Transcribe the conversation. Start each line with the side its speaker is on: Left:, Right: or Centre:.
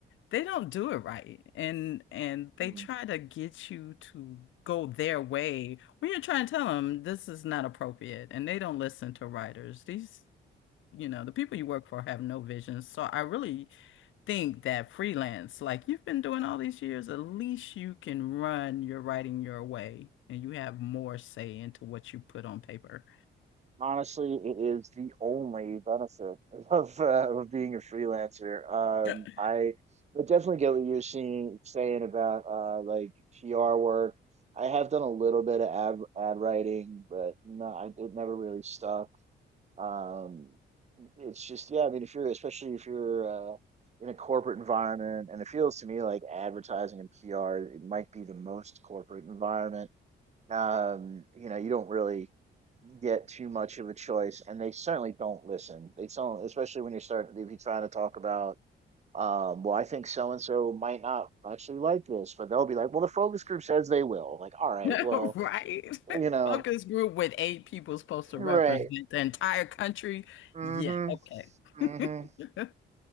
Left: they don't do it right. And and they
Right: Mhm.
Left: try to get you to go their way when you're trying to tell them this is not appropriate. And they don't listen to writers. These, you know, the people you work for have no vision. So I really think that freelance, like you've been doing all these years, at least you can run your writing your way and you have more say into what you put on paper.
Right: honestly, it is the only benefit <laughs> of uh, of being a freelancer. Um,
Left: Yep.
Right: I but definitely get what you're seeing saying about uh like PR work. I have done a little bit of ad ad writing, but no, I, it never really stuck. Um, it's just yeah, I mean, if you're especially if you're uh, in a corporate environment, and it feels to me like advertising and PR, it might be the most corporate environment um, you know, you don't really get too much of a choice, and they certainly don't listen. They don't, especially when you start if you trying to talk about, um, well, I think so and so might not actually like this, but they'll be like, well, the focus group says they will. Like, all
Left: <laughs>
Right: right, well,
Left: Right.
Right: you know,
Left: <laughs> Focus group with eight people supposed to
Right: right,
Left: represent the entire country.
Right: mm-hmm,
Left: Yeah, okay.
Right: mm-hmm.
Left: <laughs>